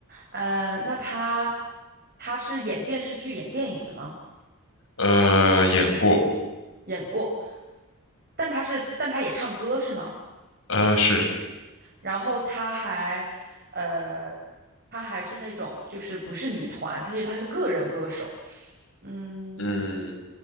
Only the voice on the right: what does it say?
呃，那她她是演电视剧、演电影的吗？
演过，但她是但她也唱歌是吗？
然后她还，呃，她还是那种就是不是女团，她是她是个人歌手，嗯，